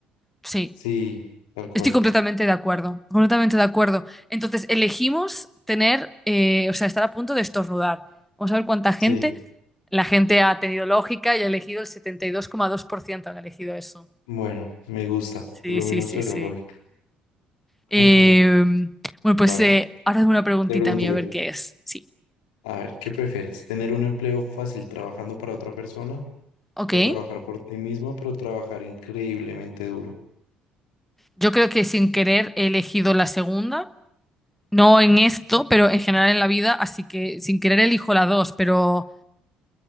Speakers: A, in the centre; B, on the left.
A: Sí,
B: sí, tal cual,
A: estoy completamente de acuerdo, completamente de acuerdo. Entonces, elegimos tener, eh, o sea, estar a punto de estornudar. Vamos a ver cuánta gente.
B: sí,
A: La gente ha tenido lógica y ha elegido el setenta y dos dos coma dos por ciento han elegido eso.
B: bueno, me gusta,
A: Sí,
B: por lo
A: sí,
B: menos
A: sí,
B: tuvieron
A: sí.
B: lógica. <laughs>
A: Eh, bueno, pues
B: Vale,
A: eh, ahora es una preguntita
B: te pregunto
A: mía,
B: yo,
A: a ver qué es. Sí.
B: a ver, ¿qué prefieres? ¿Tener un empleo fácil trabajando para otra persona
A: Ok.
B: o trabajar por ti mismo, pero trabajar increíblemente duro?
A: Yo creo que sin querer he elegido la segunda. No en esto, pero en general en la vida. Así que sin querer elijo la dos. Pero